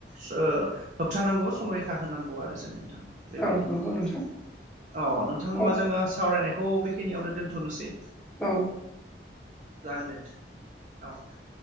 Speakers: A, on the right; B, in the centre.
A: स ओ होबथानांगौ संरैखा होनांगौ आरो जों नोंथां। बेबायदिनो
B: औ नंगौ नोंथां
A: अ नोंथां होमबा
B: औ
A: जोङो सावरायनायखौ बेखिनियावनो दोनथ'नोसै
B: औ।
A: जागोन दे नोंथां औ।